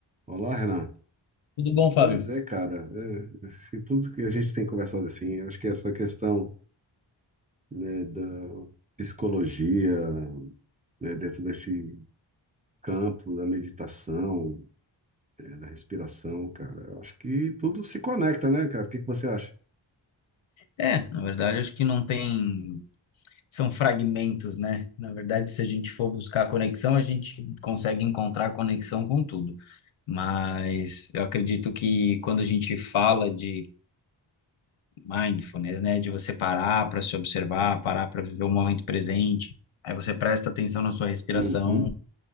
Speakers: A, on the right; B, on the left.
A: Olá, Renan.
B: Tudo bom, Fábio?
A: Pois é, cara. É, se tudo que a gente tem conversado assim, eu acho que essa questão, né, da psicologia, né, dentro desse campo da meditação, é, da respiração, cara, eu acho que tudo se conecta, né, cara? O que que você acha?
B: É, na verdade, acho que não tem. São fragmentos, né? Na verdade, se a gente for buscar conexão, a gente consegue encontrar conexão com tudo. Mas eu acredito que quando a gente fala de mindfulness, né? De você parar para se observar, parar para viver o momento presente, aí você presta atenção na sua respiração,
A: Uhum.